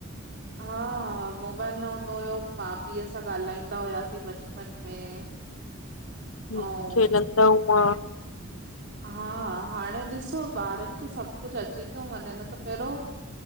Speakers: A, on the right; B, on the left.
A: हा, मोबाइल न हूंदो हुयो माउ पीउ सां ॻाल्हाईंदा हुआसीं बचपन में
B: ह
A: ऐं
B: खेलंदा हुआ
A: हा हाणे ॾिसो ॿारनि खे सभु कुझु अची थो वञे न त पहिरों